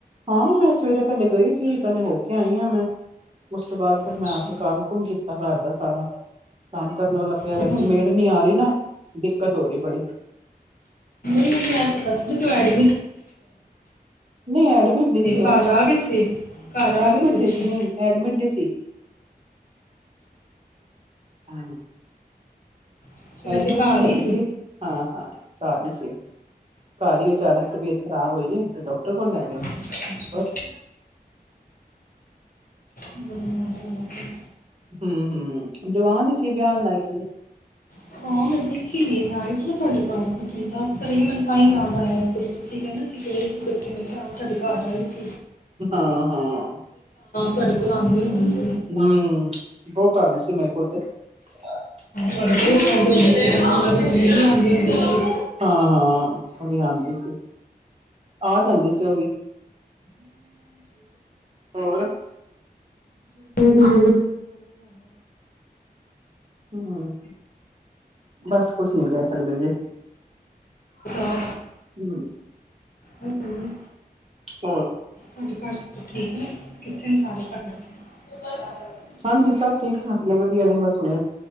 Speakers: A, on the right; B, on the left.
A: ਹਾਂ ਮੈਂ ਸਵੇਰੇ ਪਹਿਲੇ ਗਈ ਸੀ ਪਹਿਲੇ ਹੋ ਕੇ ਆਈ ਹਾਂ ਮੈਂ ਉਸ ਤੋਂ ਬਾਅਦ ਫਿਰ
B: ਅੱਛਾ
A: ਮੈਂ ਆ ਕੇ ਕੰਮ ਕੁਮ ਕੀਤਾ ਘਰ ਦਾ ਸਾਰਾ ਕੰਮ ਕਰਨ ਵਾਲਾ ਪਿਆਰ
B: ਤੇ
A: ਸੀ
B: ਹੁਣ
A: ਮੇੜ ਨੀ ਆ ਰਹੀ ਨਾ ਕਤ ਹੋ ਰਹੀ ਪੜੀ
B: ਨਹੀਂ ਆਇ ਪਤਾ ਸੀ ਕਿਉਂਇਆ ਐਡ
A: ਨਹੀਂ ਐਡਮਿਟ ਨਹੀਂ ਸੀ ਉਹ
B: ਘਰ ਆ ਗਏ ਸੀ ਘਰ ਆ
A: ਐਡਮਿਟ
B: ਗਏ ਅੱਛਾ
A: ਨਹੀਂ ਸੀ ਨਹੀਂ ਐਡਮਿਟ ਨਹੀਂ ਸੀ ਹਾਂ
B: ਅੱਛਾ
A: ਐਡਮਿਟ
B: ਵੈਸੇ ਘਰ
A: ਨਹੀਂ
B: ਹੀ
A: ਹੈਗੀ ਸੀ ਹਾਂ ਹਾਂ ਸ ਰਹੀ ਸੀ ਘਰ ਹੀ ਅਚਾਨਕ ਤਬੀਅਤ ਖ਼ਰਾਬ ਹੋਈ ਹੈ ਤੇ ਡਾਕਟਰ ਕੋਲ ਲੈ ਗਏ
B: ਅੱਛਾ ਅੱਛਾ
A: ਬਸ
B: ਬੜਾ ਮਾੜਾ ਹੋਇਆ
A: ਹਮ ਹਮ ਜਵਾਨ ਸੀ ਬਿਆਨ ਲਾਇਕ
B: ਤਾਂ ਹਾਂ ਮੈਂ ਦੇਖੀ ਵੀ ਹੈ, ਮੈਂ ਆਈ ਸੀ ਨਾ ਤੁਹਾਡੇ ਘਰ ਮੈਂ <unintelligible> ਤੁਸੀਂ ਕਹਿਿੰਦੇ ਸੀਂ ਗਏ ਸੀ ਕਿੱਥੇ ਮ ਕਿਹਾ ਤੁਡੇ ਘਰ ਆਏ ਸੀ
A: ਹਾਂ ਹਾਂ
B: ਤੁਡੇ ਕੋਲ ਆਉਂਦੀ ਹੁੰਦੀ ਸੀ
A: ਹਮ ਬਹੁਤ ਆਦੀ ਸੀ ਮੇਰੇ ਕੋਲ <unintelligible>
B: ਪੜਕੇ ਕਹਦੇ ਹੁੰ ਸੀ ਦੁਬਰੇ ਵੀ ਆਉਂਦੇ ਆ ਦ ਜ ਜਿਦੇ ਸ
A: ਹਾਂ ਹਾਂ ਉਹ ਵੀ ਆਂਦੀ ਸੀ ਆ ਜਾਂਦੀ ਸੀ ਉਹ ਵੀ ਹੋਰ
B: ਜਾਣਾ
A: ਹਮ ਬਸ ਕੁਛ ਨੀ ਕਹਿ ਸਕਦੇ ਵੀੇ
B: ਤਾਂ
A: ਹਮ
B: ਹੋਰ
A: <unintelligible>
B: ਤੁਹਾਡੇ ਘਰ ਸਭ ਠੀਕ ਨੇ ਕਿਥ <unintelligible>
A: ਹਾਂਜੀ ਸਭ ਠੀਕ ਠਾਕ ਇੰਨਾ ਵਧੀਆ ਨੇ ਬਸ ਹੁਣੇ